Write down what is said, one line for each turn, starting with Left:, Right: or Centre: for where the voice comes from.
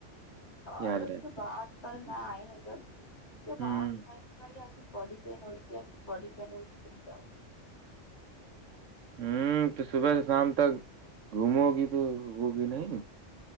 Right: یاد
Left: ارے اس
Right: رہتی
Left: کے بعد کل
Right: ہیں
Left: میں آئی ہوں جب
Right: ہوں
Left: باہ ا باڈی پین ہوئی ت ا باڈی پین ہوئی ت ت کیا
Right: ہوں تو صبح سے شام تک گھومو گی تو ہوگی نہیں